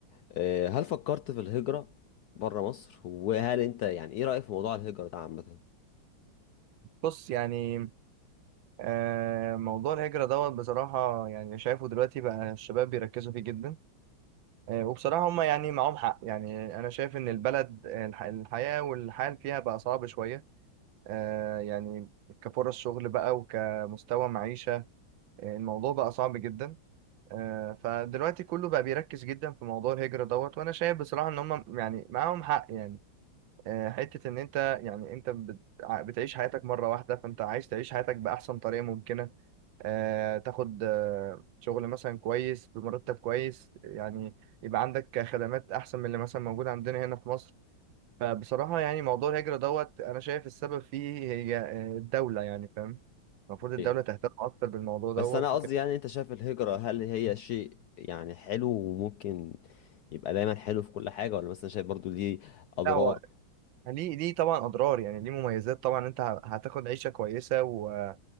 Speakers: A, on the left (about 75°); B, on the right (about 75°).
A: آه، هل فكرت في الهجره بره مصر وهل انت يعني ايه رايك في موضوع الهجره ده عامه
B: بص يعني آه، موضوع الهجرة دوت بصراحة يعني شايفه دلوقتي بقى الشباب بيركزوا فيه جدا آه، وبصراحة هما يعني معاهم حق يعني أنا شايف إن البلد آه، الح- الحياة والحال فيها بقى صعب شوية آه، يعني كفرص شغل بقى وكمستوى معيشة الموضوع بقى صعب جدا آه، فدلوقتي كله بقى بيركز جدا في موضوع الهجرة دوت وانا شايف بصراحة ان هم يعني معاهم حق يعني آه، حتة ان انت يعني انت بت- ع- بتعيش حياتك مرة واحدة فانت عايز تعيش حياتك بأحسن طريقة ممكنة آه، تاخد آه، شغل مثلا كويس بمرتب كويس يعني يبقى عندك خدمات احسن من اللي مثلا موجودة عندنا هنا في مصر فبصراحة يعني موضوع الهجرة دوت انا شايف السبب فيه هي آه، الدولة يعني فاهم المفروض الدولة
A: ايوه
B: تهتم أكتر بالموضوع دوت
A: بس انا قصدي
B: وكده
A: يعني انت شايف الهجره هل هي شيء يعني حلو وممكن يبقى دايما حلو في كل حاجه ولا مثلا شايف برضو ليه اضرار
B: لا يعني ليه ليه طبعا اضرار يعني ليه مميزات طبعا انت ه- هتاخد عيشه كويسه و...